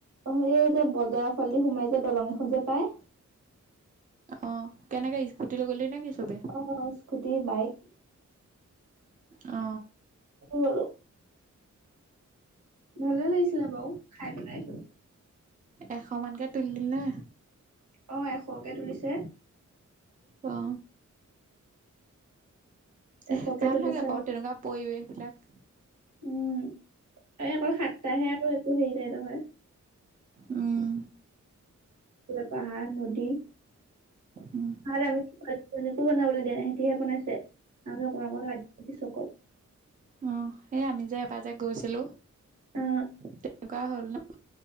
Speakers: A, on the right; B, on the right.
A: অ এই এতিয়া বজাৰ ফালদি সোমাই যে দলং এখন যে পাই
B: অ কেনেকে স্কুটি লৈ গ'লি নেকি চবে
A: অ স্কুটি বাইক।
B: অ
A: <unintelligible> ভালে লাগিছিলে বাও খাই পেলাই
B: এশ মানকে তুলিলি না
A: অ এশকে তুলিছে
B: অ
A: এশকে
B: এহ ভাল
A: তুলিছে
B: লাগে
A: আৰু
B: বাৰু তেনেকুৱা পৰিবেশ সেইবিলাক
A: উম এই অকল সাতটাহে আৰু একো হেৰি নাই নহয়
B: উম
A: এইফালে পাহাৰ নদী
B: উম
A: <unintelligible> বনাবলৈ দিয়া নাই সিহতিহে বনাইছে আমি অকন অকন লাগি‌ দিছো অকল
B: অ এই আমি যে এবাৰ যে গৈছিলো
A: অ
B: তেনেকুৱা হ'ল ন